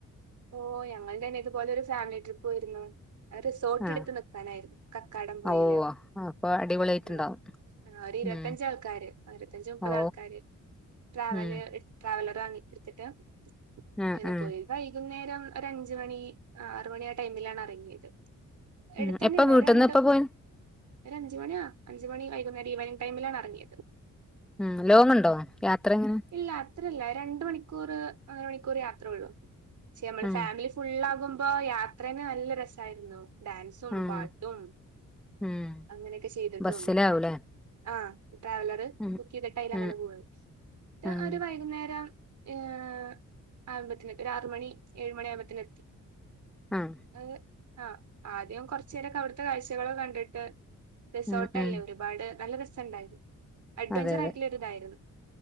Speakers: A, on the right (about 65°); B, in the centre.
A: ഓ ഞങ്ങള് തന്നെ ഇതുപോലെ ഒരു ഫാമിലി ട്രിപ്പ് പോയിരുന്നു റിസോർട്ട്
B: ആഹ്
A: എടുത്ത് നിക്കാനായിരുന്നു കക്കാടം പൊയില്
B: ഓ അപ്പൊ അടിപൊളിയായിട്ടുണ്ടാവും
A: ആഹ് ആഹ് ഒരു ഇരുപത്തഞ്ചാൾക്കാര്
B: ഉം
A: ഇരുപത്തഞ്ച് മുപ്പത്
B: ഓ
A: ആൾക്കാര് ട്രാവല്
B: ഉം
A: ട്രാവലറ് അങ്ങ് എടുത്തിട്ട്
B: ആഹ്
A: അങ്ങനെ
B: ആഹ്
A: പോയി വ വൈകുന്നേരം ഒര് അഞ്ചുമണി ആറ് മണി ആ ടൈമിലാണ് ഇറങ്ങിയത് എടുത്ത്
B: ഉം
A: തന്നെയാണ്
B: എപ്പ വീട്ടിൽന്ന്
A: രണ്ട്
B: എപ്പ പോയി
A: ഒര് അഞ്ച് മണിയാ അഞ്ച് മണി വൈകുന്നേരം ഈവനിംഗ് ടൈമിലാണ് ഇറങ്ങിയത്
B: ഉം ലോങ് ഉണ്ടോ യാത്ര എങ്ങനെ
A: ഇല്ല അത്രയില്ല രണ്ട് മണിക്കൂർ അര മണിക്കൂർ യാത്രേയുള്ളൂ പക്ഷെ നമ്മള്
B: ഉം
A: ഫാമിലി ഫുള്ളാകും ഇപ്പൊ യാത്രേന് നല്ല രസായിരുന്നു ഡാൻസും
B: ഉം
A: പാട്ടും
B: ഉം
A: അങ്ങനെയൊക്കെ ചെയ്തിട്ടും
B: ബസ്സിലാവൂലേ
A: ആഹ് ട്രാവലറ്
B: ഉം
A: ബുക്ക് ചെയ്തിട്ട് അതിൽ
B: ഉം
A: അങ്ങനെ പോയി എന്നിട്ട്
B: ഉം
A: ഒരു വൈകുന്നേരം ഏഹ് ആവുമ്പത്തേന് ഒര് ആറു മണി ഏഴ് മണി ആകുമ്പത്തേന് എത്തി
B: ആഹ്
A: അത് ആഹ് ആദ്യം കൊറച്ച് നേരൊക്കെ അവിടുത്തെ കാഴ്ചകള് കണ്ടിട്ട് റിസോർട്ട്
B: ഉം
A: അല്ലേ
B: ഉം
A: ഒരുപാട് നല്ല രസമുണ്ടായിരുന്നു അഡ്വഞ്ചർ
B: അതെ അതെ
A: ആയിട്ടുള്ള ഒര് ഇതായിരുന്നു